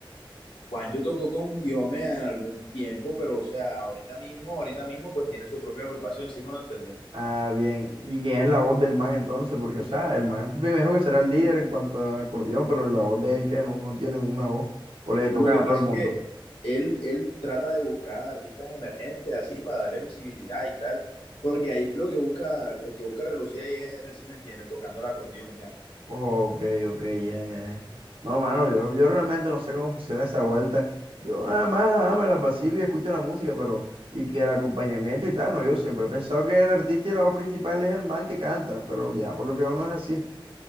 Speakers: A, on the left (about 75°); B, on the right (about 75°).
A: Juancho tocó con Diome en algún tiempo, pero o sea, ahorita mismo, ahorita mismo, pues tiene su propia agrupación, sí me va a entender.
B: Ah, bien. ¿Y quién es la voz del man entonces? Porque, o sea, el man primero que será el líder en cuanto a acordeón, pero la voz de él que no, no tienen una voz. O le tocan
A: Lo que
B: a
A: pasa
B: todo el mundo.
A: es que él, él trata de buscar artistas emergentes así para darle visibilidad y tal, porque ahí lo que busca, el que busca relucir ahí es él, sí me entiendes, tocando el acordeón ya.
B: Ok, ok, ya, ya, ya. No, mano, yo, yo realmente no sé cómo funciona esa vuelta. Yo nada más ah, me la vacilo y escucho la música, pero, y que el acompañamiento y tal, no, yo siempre he pensado que el artista y la voz principal es el man que canta, pero ya, por lo que veo no es así.